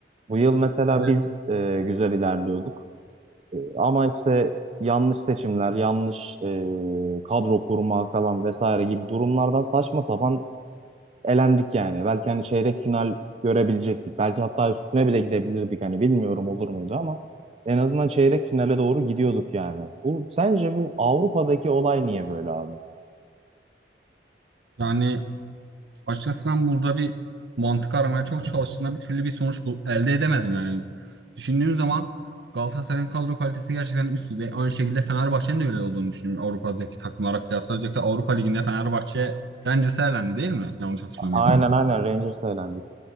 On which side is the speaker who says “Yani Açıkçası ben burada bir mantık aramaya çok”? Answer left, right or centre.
Right